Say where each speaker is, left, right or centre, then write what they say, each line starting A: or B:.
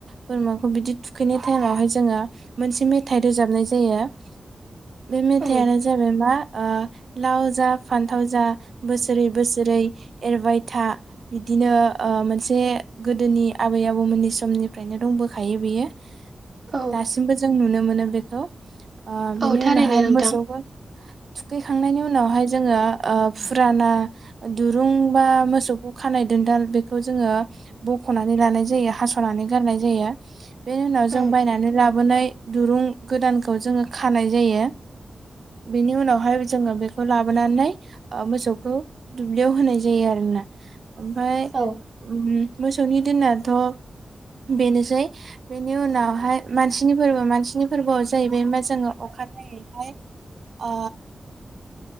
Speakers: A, on the right; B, on the right.
A: बोरमाखौ बिदि थुखैनाय टाइमावहाय जोङो मोनसे मेथाइ रोजाबनाय जायो बे मेथायानो
B: औ
A: जाबाय मा ओ लाव जा फान्थाव जा बोसोरै बोसोरै एरबाय था बिदिनो ओ मोनसे गोदोनि आबै आबौमोननि समनिफ्रायनो दंबोखायो बेयो
B: औ
A: दासिमबो जों नुनो मोनो बेखौ हेल' ओ
B: औ
A: बेनि
B: थारैनो
A: उनावहाय
B: नोंथां
A: मोसौखौ दुगैखांनायनि उनावहाय जोङो ओ फुराना दुरुं बा मोसौखौ खानाय दोनदाल बेखौ जोङो बख'नानै लानाय जायो हास'नानै गारनाय जायो बे उनाव
B: औ
A: जों बायनानै ला लाबोनाय दुरुं गोदानखौ जोङो खानाय जायो बेनि उनावहाय जोङो बेखौ लाबोनानै ओ मोसौखौ दुब्लियाव होनाय जायो आरोना ओमफ्राय
B: औ
A: उम मोसौनि दिननाथ' बेनोसै बेनि उनावहाय मानसिनि फोरबो मानसिनि फोरबोआव जाहैबाय मा जोङो अखानायायैहाय अ